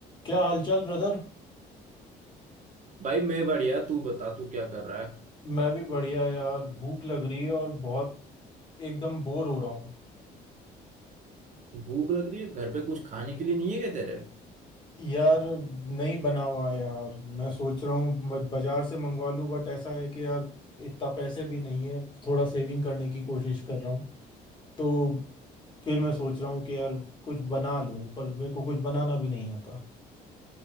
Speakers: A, on the left; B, on the right.
A: क्या हालचाल ब्रदर
B: भाई मैं बढ़िया तू बता तू क्या कर रहा है
A: मैं भी बढ़िया यार भूख लग रही है और बहुत एकदम बोर हो रहा हूँ
B: भूख लग रही है घर पे कुछ खाने के लिए नहीं है क्या तेरे
A: यार नहीं बना हुआ है यार मैं सोच रहा हूँ म- बाजार से मंगवा लूँ बट ऐसा है कि यार इतना पैसे भी नहीं है थोड़ा सेविंग करने की कोशिश कर रहा हूँ तो फिर मैं सोच रहा हूँ कि यार कुछ बना लूँ पर मेरे को कुछ बनाना भी नहीं आता